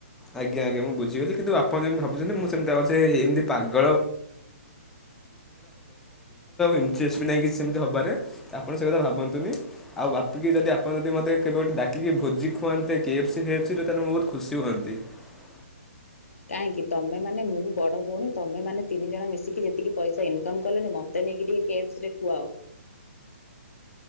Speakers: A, in the centre; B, on the left.
A: ଆଜ୍ଞା ଆଜ୍ଞ ମୁଁ ବୁଝିଗଲି କିନ୍ତୁ ଆ ଆପଣ ଯେମିତି ଭାବୁଛନ୍ତି ମୁଁ ସେମିତି ଆଉଛ ଏମିତି ପାଗ ଇଞ୍ଚେସ ବି ନାହିଁ କିଛି ସେମିତି ହବାରେ ଆପଣ ସେ କଥା ଭାବନ୍ତୁନି ଆଉ ବାପିକି ଯଦି ଆପଣ ଯଦିକେବେ ଭୋଜିଖୁଆନ୍ତେ କେଫସି ଖେଫଶି ତାହେଲେ ବହୁତ ଖୁସି ହୁଅନ୍ତ <inaudible>
B: <inaudible> କାହିଁକି ତମେ ମାନେ ମୁଁ ବଡ ହଉଣୀ ତମେ ମାନେ ତିନି ଜଣ ମିଶିକି ଯେତିକି ପଇସା ଇନକମ୍ କଲେଣି ମତେ ନେଇକରି କେଷ୍ପ ରେ ଖୁଆଅ